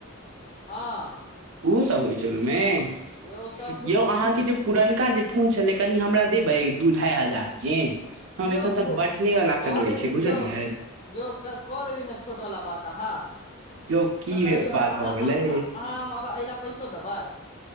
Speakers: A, on the left; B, on the right.
A: हँ।
B: उहो सब होइ छै ओहिमे
A: यौ सबकुछ
B: यौ
A: होइ
B: अहाँके
A: छै
B: जे पुरनका जे फोन छलै कनि हमरा देबै दू ढाई हजार मे। हम
A: यौ
B: एखन
A: प
B: तक बटने वाला
A: कह
B: चलबै
A: देली
B: छियै बुझलियै
A: यौ यौ क देली ने छोट वाला बात अहाँ।
B: यौ की
A: बतबियौ
B: बात
A: आब अहाँ
B: भऽ गेलै
A: अहाँ एहि ल पैसो देबै।